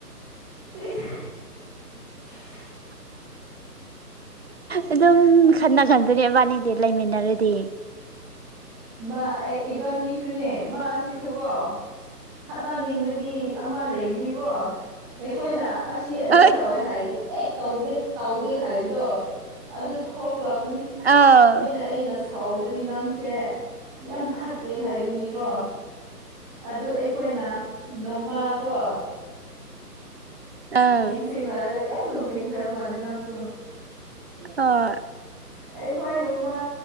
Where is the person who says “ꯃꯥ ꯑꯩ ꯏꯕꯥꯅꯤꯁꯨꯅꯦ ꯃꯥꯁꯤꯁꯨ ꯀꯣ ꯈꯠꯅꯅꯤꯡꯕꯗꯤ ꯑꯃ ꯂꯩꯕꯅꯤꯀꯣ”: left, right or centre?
Centre